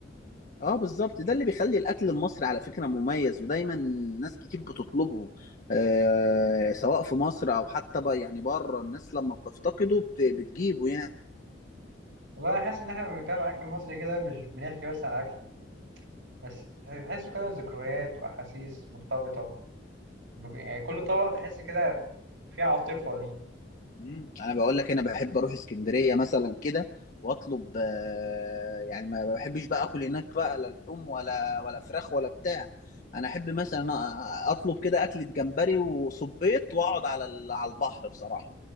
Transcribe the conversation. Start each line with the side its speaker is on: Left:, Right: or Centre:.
Left: اه بالظبط ده اللي بيخلي الأكل المصري على فكرة مميز ودايما ناس كتير بتطلبه آه سواء في مصر أو حتى بقى يعني بره الناس لما بتفتقده بت... بتجيبه يعني
Right: والله أنا حاسس إن إحنا لما بنتكلم عن الأكل المصري كده مش بنحكي بس عن أكل بس تحسه كده ذكريات وأحاسيس مرتبطة بج- يعني كل طبق تحس كده فيه عاطفة ليه
Left: مم. انا بقول لك انا بحب اروح اسكندريه مثلا كده واطلب آه، يعني ما بحبش بقى اكل هناك بقى لا لحوم ولا ولا فراخ ولا بتاع انا احب مثلا اطلب كده اكله جمبري وصبيط واقعد على ال- على البحر بصراحه